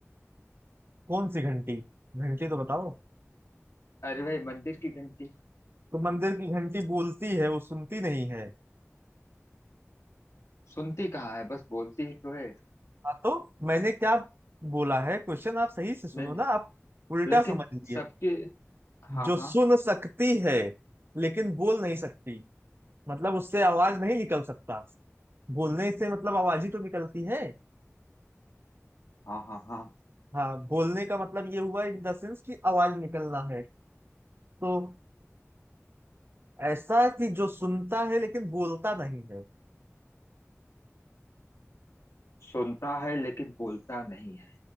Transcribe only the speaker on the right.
कौन सी घंटी घंटी तो बताओ
तो मंदिर की घंटी बोलती है वो सुनती नहीं है
हाँ, तो मैंने क्या बोला है क्वेश्चन आप सही से सुनो
ना आप उल्टा
समझ लिए
जो
सुन सकती है लेकिन बोल नहीं सकती मतलब उससे आवाज नहीं निकल सकता बोलने से मतलब आवाज ही तो निकलती है
हाँ बोलने का मतलब ये हुआ इन द सेंस कि आवाज निकलना है तो ऐसा कि जो सुनता है लेकिन बोलता नहीं है